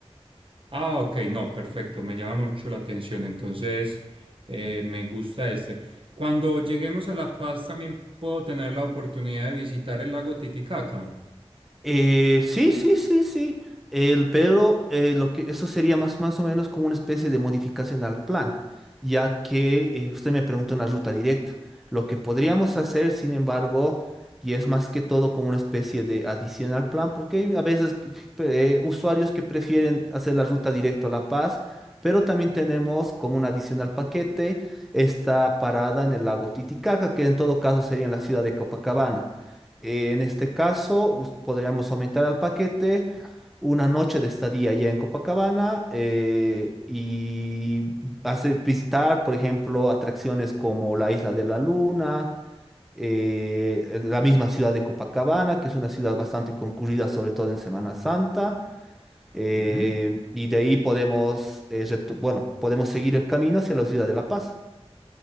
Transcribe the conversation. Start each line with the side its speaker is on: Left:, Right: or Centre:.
Right: Ah, ok, no, perfecto, me llama mucho la atención, entonces eh, me gusta este. Cuando lleguemos a La Paz también puedo tener la oportunidad de visitar el lago Titicaca.
Centre: Eh, sí, sí, sí, sí. El, pero eh, lo que eso sería más, más o menos como una especie de modificación al plan, ya que eh, usted me pregunta una ruta directa. Lo que podríamos hacer, sin embargo, y es más que todo como una especie de adición al plan, porque hay a veces eh, usuarios que prefieren hacer la ruta directa a La Paz, pero también tenemos como un adicional paquete esta parada en el lago Titicaca, que en todo caso sería en la ciudad de Copacabana. Eh, en este caso, us- podríamos aumentar al paquete una noche de estadía ya en Copacabana eh, y hacer visitar, por ejemplo, atracciones como la Isla de la Luna, eh, la misma ciudad de Copacabana, que es una ciudad bastante concurrida, sobre todo en Semana Santa. eh,
Right: Ujú.
Centre: y de ahí podemos, eh, retu- bueno, podemos seguir el camino hacia la ciudad de La Paz.